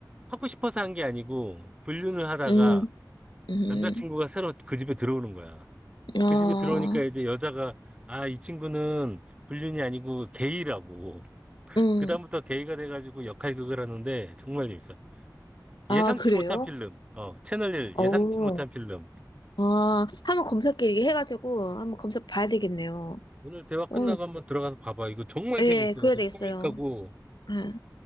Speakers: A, on the right; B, on the left.
A: 하고 싶어서 한 게 아니고, 불륜을 하다가,
B: 음, 음,
A: 남자친구가 새로 그 집에 들어오는 거야.
B: 아,
A: 그 집에 들어오니까 이제 여자가 아, 이 친구는 불륜이 아니고 게이라고.
B: 음,
A: 그다음부터 게이가 돼가지고 역할극을 하는데 정말 재밌어.
B: 아,
A: 예상치
B: 그래요?
A: 못한 필름. 어, 채널1
B: 어,
A: 예상치 못한 필름.
B: 아, 한번 검색해 해가지고 한번 검색 봐야 되겠네요.
A: 오늘 대화 끝나고
B: 어,
A: 한번 들어가서 봐봐. 이거 정말
B: 예,
A: 재밌어.
B: 그래야
A: 아주
B: 되겠어요.
A: 코믹하고.
B: 예.